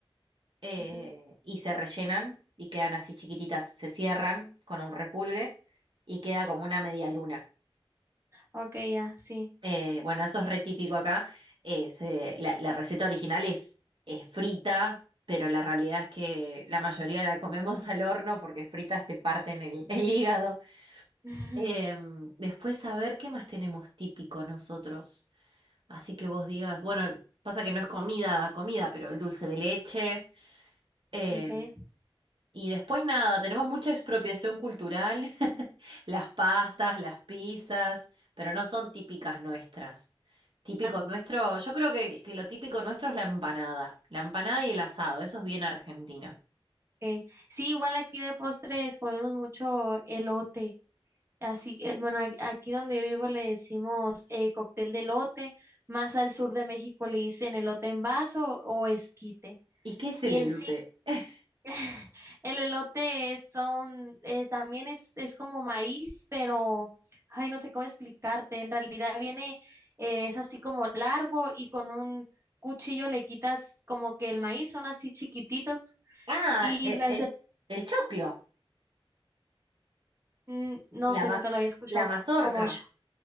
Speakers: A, on the right (about 60°); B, on the right (about 30°).
A: eh,
B: Ujú.
A: y se rellenan y quedan así chiquititas, se cierran con un repulgue y queda como una media luna.
B: Ok, ya, sí.
A: Eh, bueno, eso es re típico acá. Eh, se- la, la receta original es, eh, frita, pero la realidad es que la mayoría la comemos <laughs> al horno porque fritas te parten el, el hígado.
B: <laughs>
A: Em, después, a ver, ¿qué más tenemos típico nosotros? Así que vos digas, bueno, pasa que no es comida, comida, pero el dulce de leche. em,
B: Ok,
A: Y después nada, tenemos mucha expropiación cultural, <laughs> las pastas, las pizzas, pero no son típicas nuestras. Típico
B: Ah,
A: nuestro, yo creo que, que lo típico nuestro es la empanada, la empanada y el asado, eso es bien argentino.
B: okay Sí, igual aquí de postres comemos mucho elote. Así, eh, bueno, a- aquí donde yo vivo le decimos eh, cóctel de elote, más al sur de México le dicen elote en vaso o esquite.
A: ¿Y qué es
B: y
A: el elote?
B: en
A: <laughs>
B: <laughs> El elote es- son, eh, también es, es como maíz, pero, ay, no sé cómo explicarte. En realidad viene, eh, es así como largo y con un cuchillo le quitas como que el maíz, son así chiquititos
A: Ah,
B: y
A: e-
B: les-
A: el, el choclo,
B: mm, no
A: la,
B: sé,
A: ma-
B: nunca lo había escuchado
A: la mazorca,
B: co- como yo.